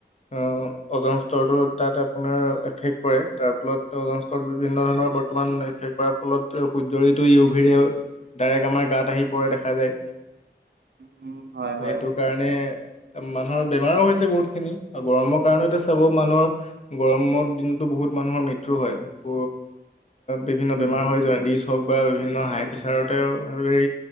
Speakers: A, on the left (about 40°); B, on the right (about 70°).
A: অ' অজন স্তৰটো তাত আপোনাৰ এফেক্ট পৰে তাৰ ফলত অস্ৰত বিভিন্ন ধৰণৰ বৰ্তমানফে কৰাৰ ফলত সূৰ্য্যৰিটো ইউ ভৰে ডাইৰেক্ট আমাৰ গাত আহি পৰে দেখা যায়
B: উম উম, হয় হয়
A: সেইটো কাৰণে মানুহৰ বেমাৰো হৈছে বহুত খিনি আৰু গৰমৰ এতিয়া চাব গৰমৰ দিন ত' বহুত মানুহৰ মৃত্যু হয় ব বিভিন্ন এ
B: উম
A: বেমাৰ হয় জ হওক বা বিভিন্ন হাই প্ৰেচাৰতেও হেৰি